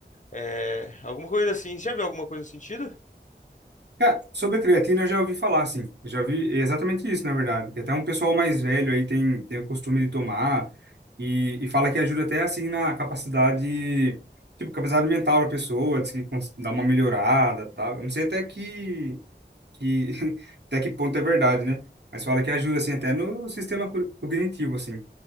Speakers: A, on the left; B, on the right.
A: é, alguma coisa assim. Você já viu alguma coisa no sentido?
B: Cara, sobre a creatina eu já ouvi falar, assim. Eu já vi exatamente isso, na verdade. Que até um pessoal mais velho aí tem, tem o costume de tomar e, e fala que ajuda até, assim, na capacidade, tipo, capacidade mental da pessoa, diz que cons- dá uma melhorada, tal. Eu não sei até que, que, <laughs> até que ponto é verdade, né? Mas fala que ajuda, assim, até no sistema co- cognitivo, assim.